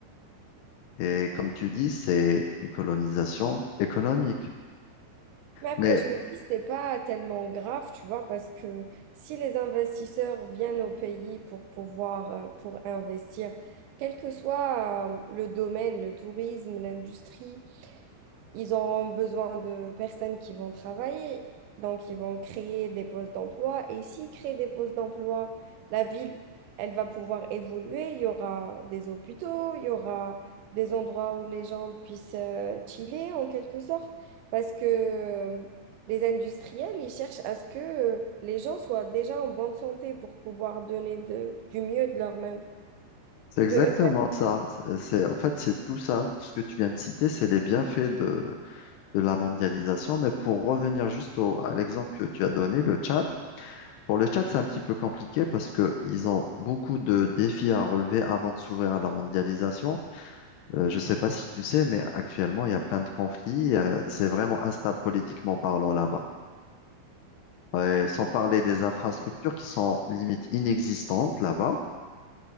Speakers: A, on the left (about 80°); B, on the right (about 80°).
A: Et comme tu dis, c'est une colonisation économique.
B: Mais après,
A: Mais
B: je me dis, c'est pas tellement grave, tu vois, parce que si les investisseurs viennent au pays pour pouvoir, euh, pour investir, quel que soit, euh, le domaine, le tourisme, l'industrie, Ils ont besoin de personnes qui vont travailler, donc ils vont créer des postes d'emploi. Et s'ils créent des postes d'emploi, la ville, elle va pouvoir évoluer. Il y aura des hôpitaux, il y aura des endroits où les gens puissent euh, chiller en quelque sorte, parce que euh, les industriels, ils cherchent à ce que euh, les gens soient déjà en bonne santé pour pouvoir donner de- du mieux de leur-même,
A: C'est exactement
B: de eux.
A: ça. C'est, euh, c'est- en fait, c'est tout ça, ce que tu viens de citer, c'est les bienfaits de, de la mondialisation. Mais pour revenir juste au- à l'exemple que tu as donné, le Tchad, pour le Tchad, c'est un petit peu compliqué parce qu'ils ont beaucoup de défis à relever avant de s'ouvrir à la mondialisation. Euh, je ne sais pas si tu sais, mais actuellement, il y a plein de conflits. Euh, c'est vraiment instable politiquement parlant là-bas. Ouais, sans parler des infrastructures qui sont limite inexistantes là-bas.